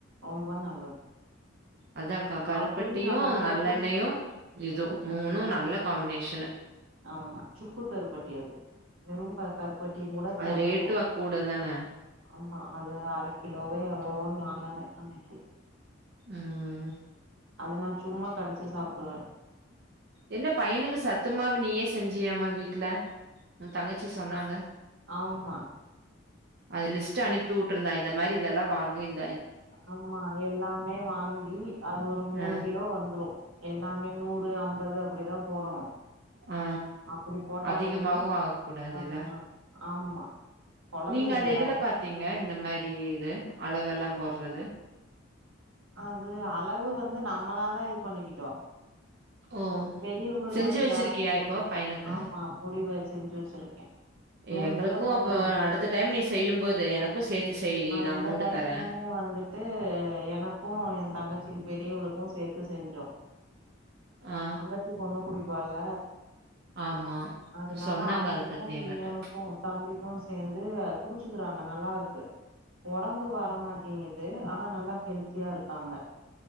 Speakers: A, on the right (about 85°); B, on the right (about 50°).
A: ரொம்ப நல்லது
B: அதாகா கருப்பட்டியு
A: அப்டியு நம்மனால
B: நல்லெண்ணயு
A: புடி
B: இது
A: ம்
B: மூணு நல்ல
A: ம்
B: காம்பினேஷனு
A: ஆமா சுக்கு கருப்பட்டி அது வெரும் ப கரு பட்டி கூட
B: அது
A: தெகட்டு
B: ரேட்டும் கூட தான.
A: ஆமா அது அர கிலோவே எவ்ளோனு வாங்கினே அன்னைக்கு
B: ம்
A: அத நா சும்மா கடிச்சு சாப்பிடுவ
B: என்ன பையனுக்கு சத்துமாவ நீயே செஞ்சியாம வீட்ல உ தங்கச்சி சொன்னாங்க
A: ஆமா
B: அது லிஸ்ட் அனுப்பி வுட்டுருந்தா இந்த மாரி இதெல்லா வாங்கு இந்
A: ஆமா எல்லாமே வாங்கி அது ஒரு மூணு
B: அ
A: கிலோ வந்துரு எல்லாமே நூறு ஐம்பது அப்படிதா போடணு
B: ஆ
A: அப்படி போட்டாலுமே
B: அதிகமாவும் ஆகக்கூடாதுல்ல.
A: ஆ ஆமா கொழந்தைகள்ல
B: நீங்க அது எதுல பாத்தீங்க இந்த மாரி இது அளவெல்லா போடுறது
A: அது அளவு வந்து நம்மளாதா இது பண்ணிக்கிட்டோ
B: ஓ!
A: பெரியவங்களுக்கு
B: செஞ்சு
A: வந்து
B: வச்சிருக்கியா
A: ஜாஸ்தி போடுற
B: இப்போ பையனுக்கு?
A: ஆமா முடிவ செஞ்சு வச்சிருக்கே மூணு
B: எங்களுக்கும்
A: கிலோ பக்க
B: அப்ப
A: வந்துரு
B: அடுத்த டைம் நீ செய்யும்போது எனக்கும் சேத்தி செய்டி
A: நா
B: நான்
A: இந்த
B: அமௌண்ட்
A: டைமு
B: தரேன்.
A: வந்துட் டு எனக்கு எ தங்கச்சிக்கு பெரியவளுக்கு சேத்து செஞ்சோ
B: ஆ,
A: தங்கச்சிபொண்ணு குடிப்பால
B: ஆமா.
A: அதனால
B: சொன்னாங்க
A: அவளுக்கு
B: அத பத்தி என்கிட்ட.
A: இவனுக்கு தம்பிக்கு சேந்து குடிச்சுக்குறாங்க நல்லாருக்கு ஒடம்பு வரமாட்டேங்குது ஆனா நல்லா ஹெல்த்தியா இருக்காங்க